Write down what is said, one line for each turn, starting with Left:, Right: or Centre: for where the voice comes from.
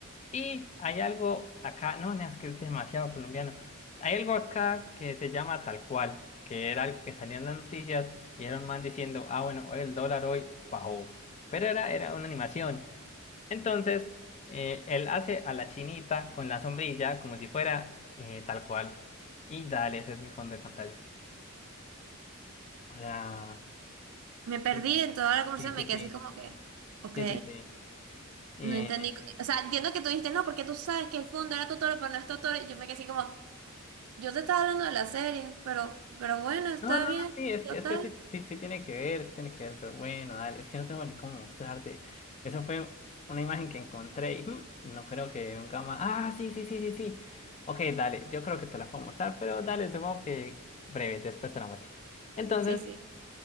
Left: Y hay algo acá, no, no, es que es demasiado colombiano. Hay algo acá que se llama tal cual, que era algo que salía en las noticias y era un man diciendo, ah, bueno, hoy el dólar hoy bajó. Pero era, era una animación. Entonces, eh, él hace a la chinita con la sombrilla como si fuera eh, tal cual. Y dale, ese es mi fondo de pantalla. O sea,
Right: Me perdí
Left: sí,
Right: en toda la conversación,
Left: sí,
Right: me
Left: sí,
Right: quedé
Left: sí,
Right: así como que, ok,
Left: sí, sí, sí. Eh,
Right: no entendí. O sea, entiendo que tú dijiste, no, porque tú sabes que el fondo era Totoro, pero no es Totoro. Y yo me quedé así como... Yo te estaba hablando de la serie, pero, pero bueno, está
Left: No, no,
Right: bien,
Left: sí, es
Right: total.
Left: que, es que sí, sí, sí tiene que ver, sí tiene que ver, pero bueno, dale, es que no tengo ni cómo mostrarte. Eso fue una imagen que encontré y mm, no creo que nunca más. Ah, sí, sí, sí, sí, sí. Ok, dale, yo creo que te la puedo mostrar, pero dale, supongo que breve, después te la muestro. Entonces,
Right: Sí, sí.